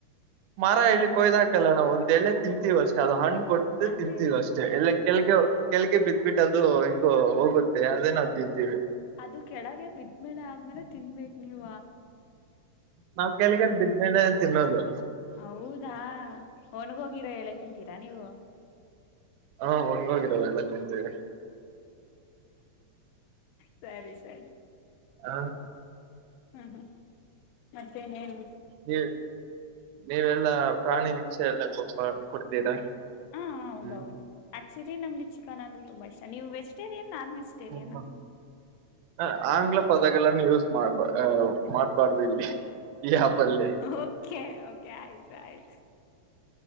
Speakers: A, on the right (about 90°); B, on the left (about 85°).
A: ಮರ ಎಲ್ಲಿ ಕೊಯ್ದಾಕಲ್ಲಣಾವು ಒಂದ ಎಲ್ಲೇ ತಿಂತೀವ ಅಷ್ಟೇ ಅದು ಹಣ್ಣ ಕೊಟ್ಟು
B: ಅದೇ
A: ತಿಂತೀವ ಅಷ್ಟೇ ಎಲ್ಲ ಕೆಲಗೆ ಕೆಲ್ಗೆ ಬಿದ್ಬಿಟ್ಟು ಅದು ಹಿಂಗ ಹೋಗುತ್ತೆ ಅದೇ ನಾವವು ತಿಂತೀವಿ
B: ಅದು ಕೆಳಗೆ ಬಿದ್ಮೇಲೆ ಆದ್ಮೇಲೆ ತಿನ್ಬೇಕೇು ನೀವ
A: ನಾವ್ ಕಲ್ಗೆಲ್ ಬಿದ್ಮೇಲೆ ತಿನ್ನೋದು
B: ಹೌದಾ ಒಣಗೋಗಿರೋ ಹೇಳೆ ತಿಂತೀರಾ ನೀವು
A: ಹಾ ಹಂಗೋಗಿರಲ್ಲ ಎಲ್ಲ ತಿಂತೀವಿ
B: ಸರಿ ಸರಿ
A: ಹ
B: ಹ್ಮ್ ಹ್ಮ್ ಮತ್ತೆನೇನ್
A: ನೀ ನೀವೆಲ್ಲಾ ಪ್ರಾಣಿ ಹಿಂಷೆ ಎಲ್ಲ ಕೊಪ ಕೊಡ್ತೀರಾ
B: ಹಾ ಹೌದೌದು
A: ಹ್ಮ್
B: ಆಕ್ಚುಲಿ ನಮ್ಗೆ ಚಿಕನ್ ಅಂದ್ರೆ ತುಂಬಾ ಇಷ್ಟ ನೀವು ವೆಜಿಟೇರಿಯನ್ ನಾನ್ ವೆಜಿಟೇರಿಯನ್
A: ಹ್ಮ ಹ ಆಂಗ್ಲ ಪದಗಳನ್ನು ಯೂಸ್ ಮಾಡ್ಬ ಮಾಡ್ಬಾರ್ದು ಇಲ್ಲಿ ಯ ಆ ಪಲ್ಲ
B: ಓಕೆ ಓಕೆ ಆಯ್ತು ಆಯ್ತು